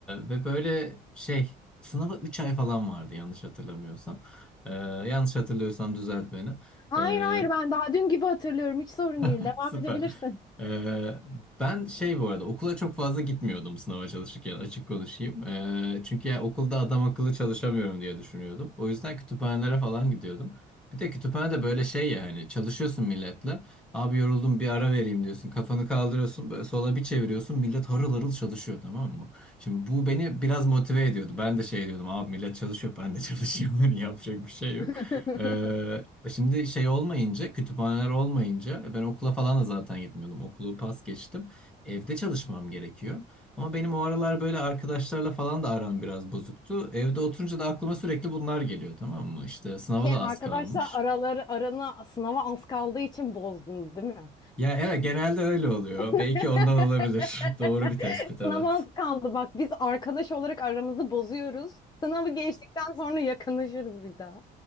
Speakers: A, in the centre; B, on the left.
A: ve böyle şey sınava 3 ay falan vardı yanlış hatırlamıyorsam. E, yanlış hatırlıyorsam düzelt beni.
B: Hayır
A: E,
B: hayır ben daha dün gibi hatırlıyorum. Hiç sorun değil.
A: <laughs>
B: Devam
A: Süper.
B: edebilirsin.
A: Ee, ben şey bu arada okula çok fazla gitmiyordum sınava çalışırken açık konuşayım. Ee, çünkü ya okulda adam akıllı çalışamıyorum diye düşünüyordum. O yüzden kütüphanelere falan gidiyordum. Bir de kütüphanede böyle şey ya hani çalışıyorsun milletle. Abi yoruldum bir ara vereyim diyorsun. Kafanı kaldırıyorsun böyle sola bir çeviriyorsun. Millet harıl harıl çalışıyor tamam mı? Şimdi bu beni biraz motive ediyordu. Ben de şey diyordum abi millet çalışıyor ben de çalışıyorum. <laughs> Hani yapacak bir şey
B: <laughs>
A: yok. Ee, şimdi şey olmayınca, kütüphaneler olmayınca ben okula falan da zaten gitmiyordum. Okulu pas geçtim. Evde çalışmam gerekiyor. Ama benim o aralar böyle arkadaşlarla falan da aram biraz bozuktu. Evde oturunca da aklıma sürekli bunlar geliyor tamam mı? İşte sınava
B: Şey
A: da az
B: arkadaşlar
A: kalmış.
B: araları aranı sınava az kaldığı için bozdun değil mi?
A: Ya evet genelde öyle oluyor.
B: <laughs>
A: Belki ondan olabilir. <laughs> Doğru bir tespit evet.
B: Sınava az kaldı bak biz arkadaş olarak aramızı bozuyoruz. Sınavı geçtikten sonra yakınlaşırız bir daha.